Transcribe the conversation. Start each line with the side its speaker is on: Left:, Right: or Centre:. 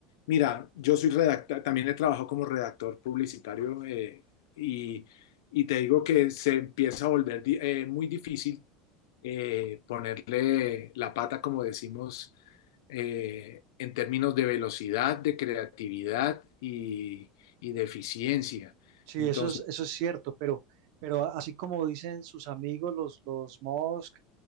Left: Mira, yo soy redactor, también he trabajado como redactor publicitario eh, y, y te digo que se empieza a volver di- eh, muy difícil eh, ponerle la pata, como decimos, eh, en términos de velocidad, de creatividad y, y de eficiencia.
Right: Sí,
Left: Entonces,
Right: eso es, eso es cierto, pero, pero así como dicen sus amigos, los, los Musk,